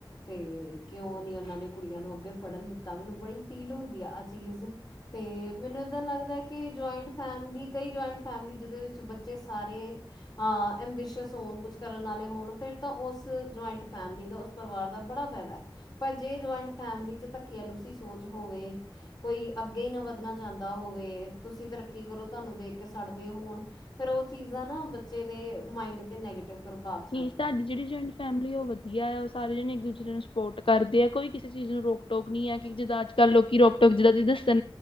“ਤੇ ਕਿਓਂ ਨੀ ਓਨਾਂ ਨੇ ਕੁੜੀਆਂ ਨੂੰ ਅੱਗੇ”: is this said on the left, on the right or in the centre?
Left